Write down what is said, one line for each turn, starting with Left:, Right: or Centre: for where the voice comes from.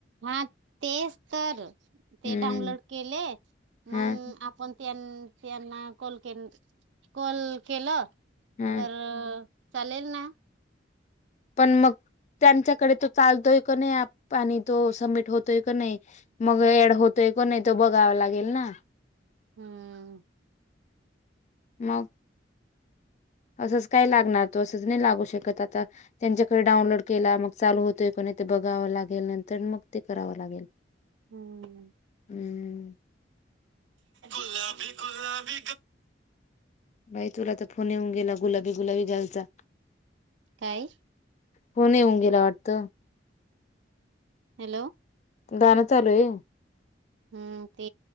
Right: हा तेच तर ते
Left: हम्म
Right: डाउनलोड केले
Left: हा
Right: मग आपण त्यांना यांना कॉल के कॉल केलं
Left: हा
Right: तर चालेल ना
Left: पण मग त्यांच्याकडे तो चालतोय का नाही आणि तो सबमिट होतोय का नाही मग ड होतोय कोण नाही तो बघावा लागेल ना
Right: हम्म
Left: मग असंच काय लागणार तो असंच नाही लागू शकत आता त्यांच्याकडे डाऊनलोड केला मग चालू होतोय काय नाही ते बघावं लागेल नंतर मग ते करावं लागेल
Right: हम्म
Left: हम्म
Right: गुलाबी गुलाबी गा -
Left: बाई तुला तर फोन येऊन गेला गुलाबी गुलाबी घायचा
Right: काय
Left: फोन येऊन गेला वाटत
Right: हॅलो
Left: गाणं चालू आहे
Right: हम्म ते